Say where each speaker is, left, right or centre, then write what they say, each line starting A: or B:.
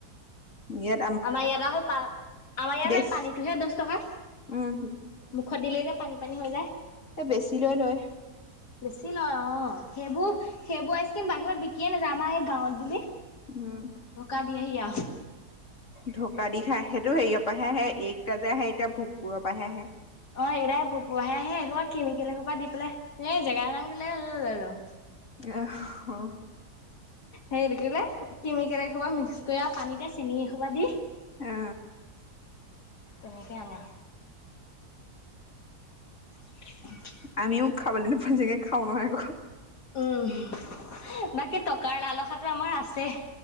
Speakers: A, on the left; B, on the left.
A: ইয়াত
B: আমাৰ ইয়াত আকৌ পাৰ আমাৰ ইয়াৰ
A: বেচ
B: সেই পানীটোহে দহ টকা,
A: উম
B: মুখত দিলেই যে পানী পানী হৈ যায়।
A: এ বেছি লৈ লয়।
B: বেছি লয় অ সেইবোৰ সেইবোৰ আইচক্ৰীম বাহিৰত বিকিয়ে নাযায় আাৰ এই গাঁৱত বুলি
A: উম।
B: ধকা দিয়েহি আৰু।
A: ঢকা দি খা সেইটো হেয়ি পৰা আহে আহে এইকটা যে আহে এতিয়া ভোকপুৰৰ পৰা আহে আহে।
B: অ', এইকটাই পুপু আহেহে এসোপা কেমিকেল এসূপা দি পেলাই এই জেগাৰ নাম কেলেই হ'ল আৰু।
A: আহ অ'।
B: হেৰি এইটো কি বুলি ক'লে কেমিকেল এসোপা মিক্স কে আৰু পানীতে চেনি এসোপা দি
A: অ
B: তেনেকে আনে। <unintelligible>
A: আমিও খাব নোপোৱা নিচিনাকে খাওঁ নহয় আকৌ।
B: উম বাকী টকাৰ লালহাটো আমাৰ আছে।